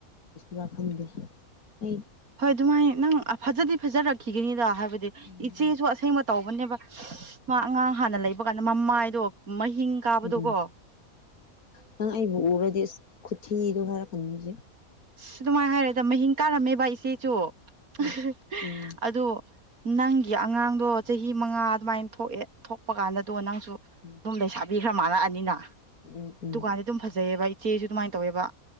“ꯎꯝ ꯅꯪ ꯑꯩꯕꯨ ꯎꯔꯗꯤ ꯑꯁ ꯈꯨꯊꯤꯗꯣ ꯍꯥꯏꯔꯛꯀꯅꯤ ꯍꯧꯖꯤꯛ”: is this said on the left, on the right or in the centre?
Left